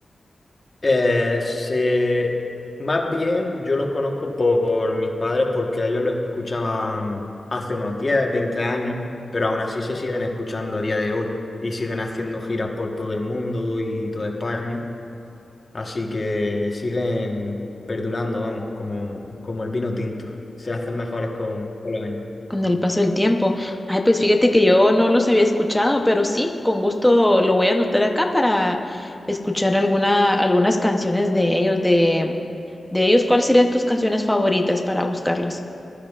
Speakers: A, on the left; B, in the centre.
A: Eh, se, más bien yo los conozco por mis padres porque ellos lo escuchaban hace unos 10 20 años, pero aún así se siguen escuchando a día de hoy y siguen haciendo giras por todo el mundo y toda España. Así que siguen perdurando, vamos, como, como el vino tinto. Se hacen mejores con, con los años.
B: Con el paso del tiempo. Ay, pues fíjate que yo no los había escuchado, pero sí, con gusto lo voy a anotar acá para escuchar alguna, algunas canciones de ellos, de, de ellos, ¿cuáles serían tus canciones favoritas para buscarlas?